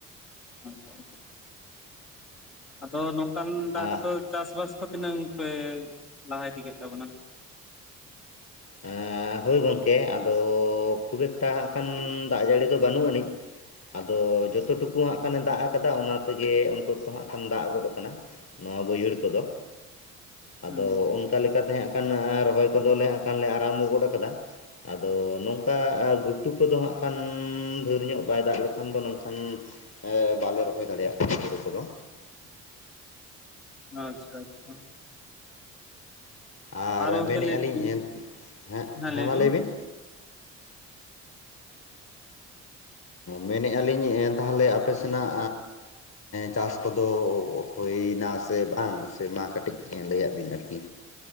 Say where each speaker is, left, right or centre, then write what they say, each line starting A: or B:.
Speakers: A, on the left (about 85°); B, on the left (about 50°).
A: ᱟᱪᱪᱷᱟ ᱟᱫᱚ ᱱᱚᱝᱼᱠᱟᱱ ᱫᱟᱜ
B: ᱟᱨ
A: ᱨᱮᱫᱚ ᱪᱟᱥ ᱵᱟᱟᱥ ᱠᱚ ᱛᱤᱱᱟᱹᱝ ᱯᱮ ᱞᱟᱦᱟ ᱤᱫᱤ ᱠᱮᱫ ᱛᱟᱵᱚᱱᱟ᱾
B: ᱮᱸ ᱦᱳᱭ ᱜᱚᱢᱠᱮ ᱟᱫᱚ ᱠᱷᱩᱵ ᱮᱠᱴᱟ ᱦᱟᱸᱜ ᱠᱷᱟᱱ ᱫᱟᱜ ᱡᱟᱹᱲᱤ ᱫᱚ ᱵᱟᱹᱱᱩᱜ ᱟᱹᱱᱤᱡᱼᱼ ᱟᱫᱚ ᱡᱚᱛᱚ ᱴᱩᱠᱩ ᱦᱟᱸᱜ ᱠᱷᱟᱱᱮ ᱫᱟᱜ ᱟᱠᱟᱫᱟ ᱚᱱᱟ ᱛᱮᱜᱮ ᱚᱱᱛᱚᱛᱚ ᱦᱟᱸᱜ ᱠᱷᱟᱱᱮ ᱫᱟᱜ ᱜᱚᱫ ᱠᱟᱱᱟ᱾ ᱱᱚᱣᱟ ᱵᱟᱹᱭᱦᱟᱹᱲ ᱠᱚᱫᱚ᱾ ᱟᱫᱚ
A: ᱦᱩᱸ
B: ᱚᱱᱠᱟ ᱞᱮᱠᱟᱛᱮ ᱦᱟᱸᱜ ᱠᱷᱟᱱ ᱨᱚᱦᱚᱭ ᱠᱚᱫᱚᱞᱮ ᱠᱷ ᱟᱨᱟᱢ ᱜᱚᱫ ᱠᱟᱫᱟ᱾ ᱟᱫᱚ ᱱᱚᱝᱼᱠᱟ ᱜᱷᱩᱴᱩ ᱠᱚᱫᱚ ᱦᱟᱸᱜ ᱠᱷᱟᱱ ᱫᱷᱷᱟᱹᱨ ᱧᱚᱜ ᱵᱟᱭ ᱫᱟᱜ ᱞᱮᱠᱷᱟᱱ ᱫᱚ ᱱᱚᱝ ᱠᱷᱟᱱᱼᱼ ᱵᱟᱞᱮ ᱨᱚᱦᱚᱭ ᱫᱟᱲᱮᱭᱟᱜ ᱠᱟᱱᱟ ᱦᱩᱲᱩ ᱠᱚᱫᱚ᱾
A: ᱟᱪᱪᱷᱟ ᱟᱪᱪᱷᱟ᱾
B: ᱟᱨ
A: ᱜᱚᱝᱠᱮ
B: ᱢᱮᱱᱮᱫᱼᱟ
A: ᱞᱟᱹᱭ
B: ᱞᱤᱧ
A: ᱵᱤᱱ
B: ᱮ ᱦᱮ ᱦᱮᱸ
A: ᱞᱟᱹᱭ
B: ᱢᱟ
A: ᱵᱤᱱ
B: ᱞᱟᱹᱭᱵᱤᱱ? ᱢᱮᱱᱮᱫᱼᱟ ᱞᱤᱧ ᱛᱟᱦᱞᱮ ᱟᱯᱮ ᱥᱮᱱᱟᱜᱼᱼ ᱪᱟᱥ ᱠᱚᱫᱚ ᱦᱩᱭᱱᱟ ᱥᱮ ᱵᱟᱝ ᱥᱮᱢᱟ ᱠᱟᱹᱴᱤᱡ ᱞᱟᱹᱭᱟᱜ ᱵᱤᱱ ᱟᱨᱠᱤ?